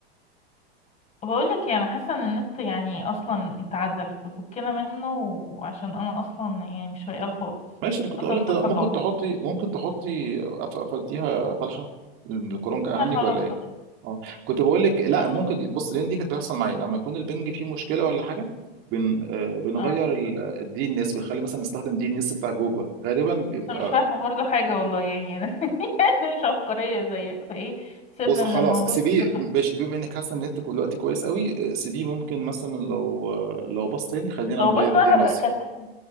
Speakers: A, on the left; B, on the right.
A: بقول لك انا حاسه ان النت يعني اصلا اتعدل ففكنا منه وعشان انا اصلا يعني مش فايقه خالص
B: ماشي انا كنت
A: اصلا
B: اقول
A: الصفحه
B: لك ممكن
A: ضاعت
B: تحطي ممكن تحطي قف- قفلتيها فالحه الكروم كأهنج
A: انا خلاص
B: ولا إيه؟
A: خلاص
B: اه كنت بقول لك لا
A: والله
B: ممكن دي- بص لان دي كانت بتحصل معايا لما يكون البنج فيه مشكله ولا حاجه بن آه، بنغير
A: اه
B: ال- الدي ان اس بنخلي مثلا نستخدم دي ان اس بتاع جوجل غالبا بيبقى
A: عشان مش فاهمه برضو حاجه والله يعني انا <laughs> يعني مش عبقريه زيك فايه سيبنا
B: بص خلاص
A: من الموضوع
B: سيبيه
A: ده دلوقتي
B: ماشي بما انك حاسه ان انت كل الوقت كويس قوي آه، سيبيه ممكن مثلا لو آه، لو باص تاني خلينا
A: طب
B: نغير
A: بس بقى
B: الدي ان
A: هبقى
B: اس
A: اكلمك